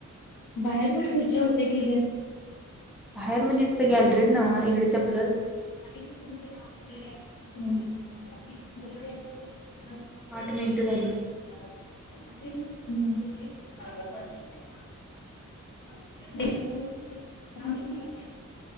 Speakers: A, on the left (about 75°); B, in the centre.
A: बाहेर पण खुर्च्या होत्या की,
B: बाहेर म्हणजे तिथं गॅलरीत ना इकडे चपल
A: <unintelligible> <unintelligible>
B: आठ मिनिटं झाली
A: <unintelligible> <unintelligible>